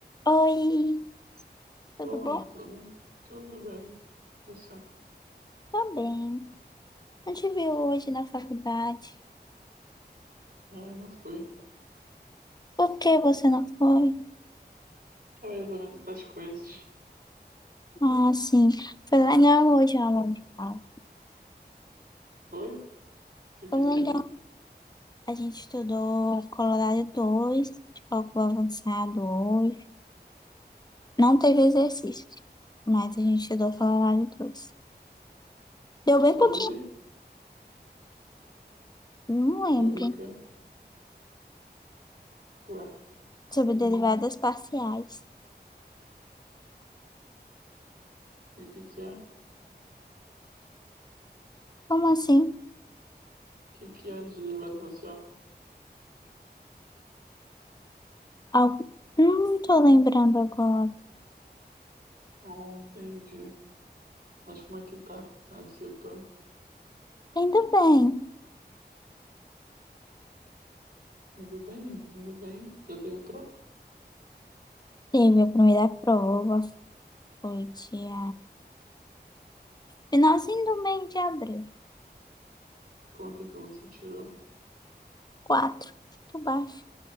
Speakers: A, on the left (about 25°); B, on the right (about 55°).
A: Oi, tudo
B: Olá,
A: bom?
B: tudo bem? Tudo bem. Você?
A: Tá bem. Não te vi hoje na faculdade.
B: Ah, eu não fui.
A: Por que você não foi?
B: Estava resolvendo outras coisas.
A: Ah, sim. Foi legal hoje a aula de cálculo.
B: Oi? O que que
A: Foi
B: teve?
A: legal. A gente estudou Colorado 2 de cálculo avançado hoje. Não teve exercícios, mas a gente estudou Colorado dois. Deu bem
B: Sobre?
A: pouquinho. Não lembro.
B: Sobre o quê? Ué, como
A: Sobre derivadas
B: não?
A: parciais.
B: E o que que é? O
A: Como assim?
B: que que é de derivada parcial?
A: Algo... Não tô lembrando agora.
B: Não entendi. Mas como é que tá a disciplina?
A: Ainda bem.
B: Indo bem? Indo bem? Já teve prova?
A: Teve a primeira prova, foi dia... Finalzinho do mês de abril.
B: Quanto é que você tirou?
A: Quatro, por baixo.